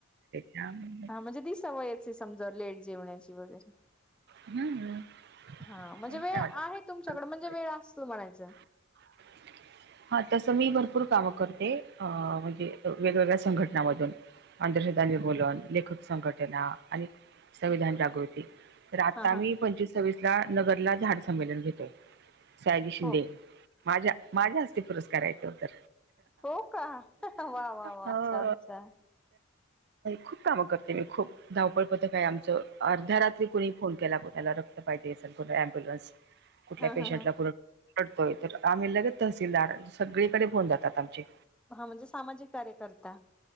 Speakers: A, on the right; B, in the centre.
A: घ
B: हा म्हणजे ती सवयच आहे समजा लेट जेवण्याची वगैरे.
A: हम्म
B: हा म्हणजे
A: काय
B: वेळ
A: वाटत
B: आहे तुमच्याकड म्हणजे वेळ असतो म्हणायचं.
A: <inaudible> हा,, तसं मी भरपूर कामं करते,, अ म्हणजे वेगवेगळ्या संघटनामधून. आंधश्रद्धांचे बोलन,, लेखक संघटना,, आणि संविधान जागृती, तर आता
B: हा
A: मी
B: हा
A: पंचवीस सवीस ला,, नगरला,, झाड संमेलन घेतोय, सायाजी शिंदे.
B: हो
A: माझ्या, माझ्या हस्ते पुरस्कार आहे ते तर.
B: हो का वा वा वा
A: हो,,
B: छान छान
A: खूप कामं करते मी,, खूप. धावपळ पतक हाय आमचं,, अर्ध्या रात्री कोुणी फोन केला, कोणाला रक्त पाहिजे असेल, कोणा अमबुलन्स, कुठल्या
B: हा
A: पेशंटला
B: हा हा
A: पुढऽ पडतोय,, तर आम्ही लगेत तहसीलदार,, सगळीकडे होऊन जातात आमचे.
B: हा, म्हणजे सामाजिक कार्यकर्ता.